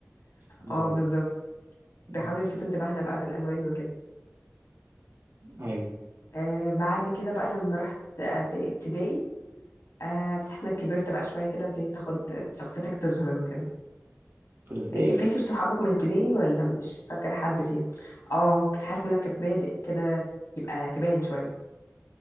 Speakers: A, on the right; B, on the left.
A: ده
B: اه
A: هي
B: بالظبط
A: مم.
B: بيحاولوا يلفتوا انتباهنا بقى بالالوان وكده
A: ايوه
B: آه بعد كده بقى لما رحت إعد- ابتدائي آه بتحس انك كبرت بقى شويه كده ابتديت تاخد شخصيتك تظهر وكده
A: في الابتدائي
B: إيه، فاكر صحابك من ابتدائي ولا مش فاكر حد فيهم اه كنت حاسس انك بادئ كده يبقى تبان شويه